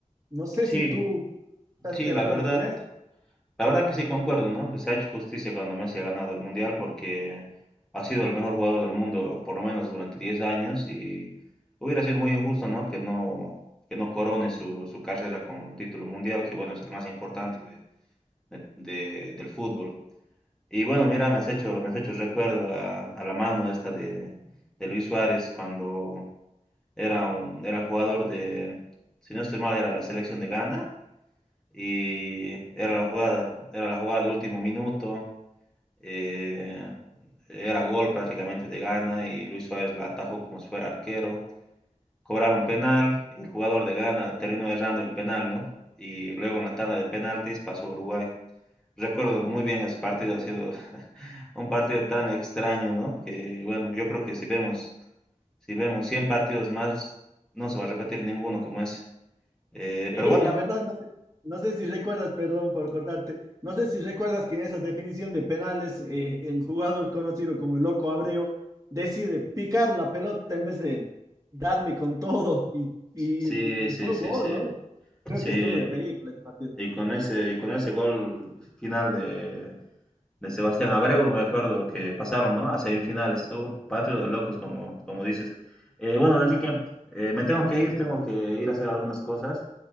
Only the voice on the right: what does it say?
No sé
si tú estás
de
acuerdo
con eso.
Sí,
la verdad,
no sé, no sé si recuerdas, perdón por cortarte, no sé si recuerdas que en esa definición de penales, eh, el jugador conocido como el Loco Abreu decide picar la pelota en vez de darle con todo y, y,
y fue
gol,
¿no? Creo
que estuvo de película este partido.